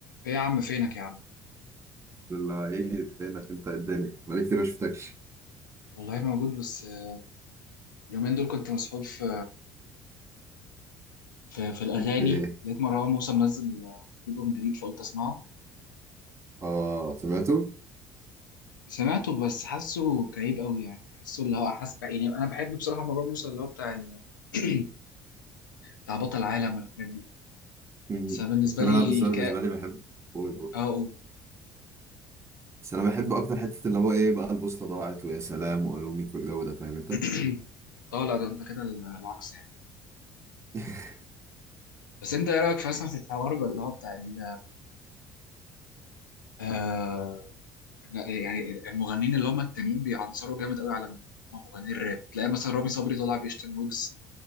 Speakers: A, on the left; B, on the right.
A: ايه يا عم فينك يا عم
B: اللي هيجي فينك انت الدنيا بقالي كتير ما شفتكش
A: والله موجود بس آه، اليومين دول كنت مسحول في في, في الاغاني
B: في ايه
A: لقيت مروان موسى منزل آه، البوم جديد فقلت اسمعه
B: اه سمعته
A: سمعته بس حاسه كئيب قوي يعني حاسه اللي هو حاسس يعني انا بحب بصراحه مروان موسى اللي هو بتاع ال... <clears throat> بتاع بطل العالم والحاجات دي
B: مم.
A: بس أنا بالنسبه
B: كنت انا
A: لي
B: بس انا
A: الكاء
B: بالنسبه لي بحب قول قول
A: اه أقول.
B: بس انا بحب اكتر حته اللي هو ايه بقى البوصله ضاعت ويا سلام والومك والجو ده فاهم انت
A: <clears throat> اه لا ده انت كده العكس يعني
B: <laughs>
A: بس انت ايه رايك في- مثلا في الحوار اللي هو بتاع ال... آه، لا، يعني المغنيين اللي هم التانيين بيعنصروا جامد قوي على مغنيين الراب تلاقي مثلا رامي صبري طلع بيشتم ويجز